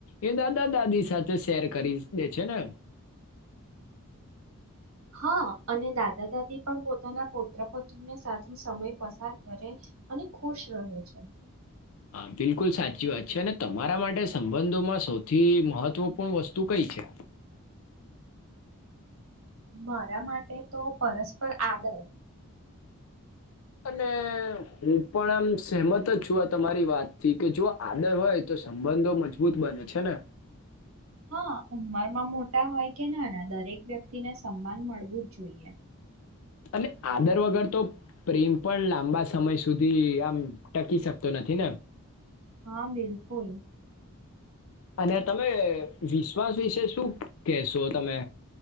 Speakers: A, on the left; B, on the right.
A: એ દાદા દાદી સાથે શેર કરી દે છે ને.
B: હા અને દાદા દાદી પણ પોતાના પૌત્ર પુત્રને સાથે સમય પસાર કરે અને ખુશ રહે છે.
A: હા બિલકુલ સાચી વાત છે અને તમારા માટે સંબંધોમાં સૌથી મહત્વપૂર્ણ વસ્તુ કઈ છે.
B: મારા માટે તો પરસ્પર આદર.
A: અને હું પણ આમ સહેમત જ છું આ તમારી વાતથી કે જો આદર હોય તો સંબંધો મજબૂત બને છે ને.
B: હા ઉંમરમાં મોટા હોય કે ના ના દરેક વ્યક્તિને સન્માન મળવું જ જોઈએ.
A: અને આદર વગર તો પ્રેમ પણ લાંબા સમય સુધી આમ ટકી શકતો નથી ને?
B: હા, બિલકુલ.
A: અને તમે વિશ્વાસ વિશે શું કેહેશો તમે?